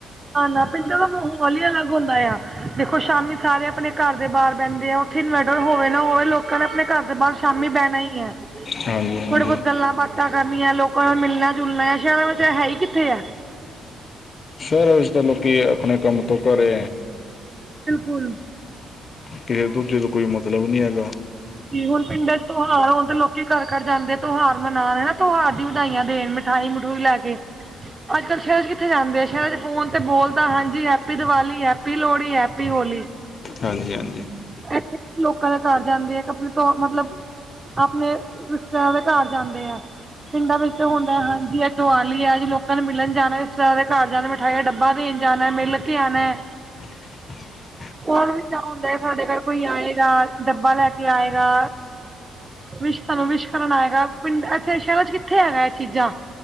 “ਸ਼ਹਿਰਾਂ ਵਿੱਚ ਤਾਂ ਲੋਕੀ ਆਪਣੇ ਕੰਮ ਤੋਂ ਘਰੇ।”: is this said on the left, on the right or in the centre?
Left